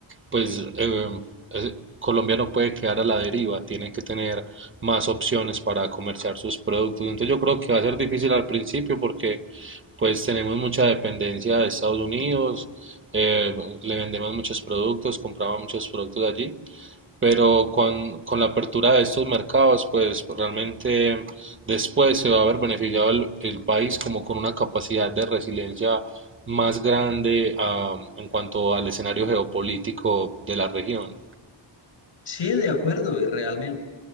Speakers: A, on the right; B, on the left.
A: pues eh, eh, Colombia no puede quedar a la deriva, tiene que tener más opciones para comerciar sus productos. Entonces yo creo que va a ser difícil al principio porque pues tenemos mucha dependencia de Estados Unidos, eh, le vendemos muchos productos, compramos muchos productos allí pero con, con la apertura de estos mercados, pues realmente después se va a ver beneficiado el, el país como con una capacidad de resiliencia más grande ah, en cuanto al escenario geopolítico de la región.
B: Sí, de acuerdo, y realmente